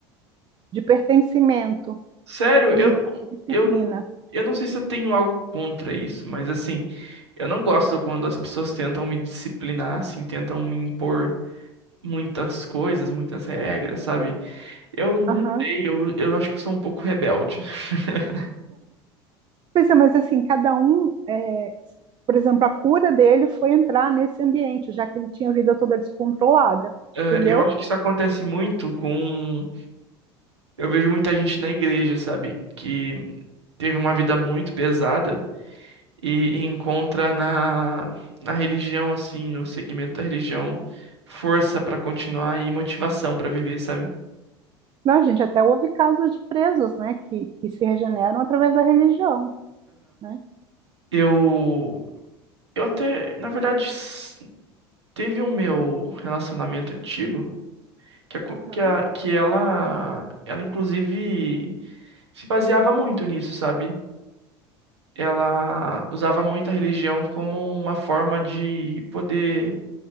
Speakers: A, on the right; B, on the right.
A: de pertencimento
B: sério,
A: e
B: eu
A: de
B: não.
A: disciplina.
B: Eu Eu não sei se eu tenho algo contra isso, mas assim, eu não gosto quando as pessoas tentam me disciplinar, assim, tentam me impor muitas coisas, muitas regras, sabe? Eu não
A: Aham.
B: sei, eu, eu acho que eu sou um pouco rebelde. <laughs>
A: Pois é, mas assim, cada um, é, por exemplo, a cura dele foi entrar nesse ambiente, já que ele tinha a vida toda descontrolada,
B: Eh,
A: entendeu?
B: Eu acho que isso acontece muito com. Eu vejo muita gente na igreja, sabe? Que teve uma vida muito pesada e, e encontra na, na religião, assim, no segmento da religião, força pra continuar e motivação pra viver, sabe?
A: Não, a gente até houve casos de presos, né, que, que se regeneram através da religião, né?
B: Eu, eu até, na verdade, s- teve o meu relacionamento antigo, que, a co-
A: Aham,
B: que, a- que ela, ela inclusive se baseava muito nisso, sabe? Ela usava muito a religião como uma forma de poder